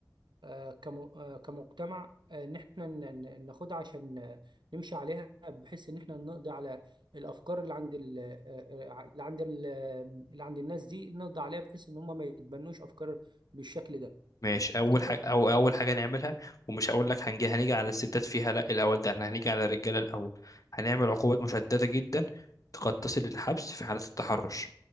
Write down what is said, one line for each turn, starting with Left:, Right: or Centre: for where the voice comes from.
Right: آه، كمو- آه، كمجتمع آه، ان احنا ن- ن- ناخدها عشان آه، نمشي عليها بحيث ان احنا نقضي على الافكار اللي عند ال- آه، آه، اللي عند ال- آه، اللي عند الناس دي نقضي عليها بحيث ان هم ما يتبنوش افكار بالشكل ده
Left: ماشي
Right: آه، تفتكر
Left: اول حاجه او اول
Right: نعمل
Left: حاجه
Right: إيه؟
Left: نعملها ومش هقول لك هنجي هنيجي على الستات فيها لا الاول ده احنا هنيجي على الرجاله الاول هنعمل عقوبات مشدده جدا قد تصل للحبس في حاله التحرش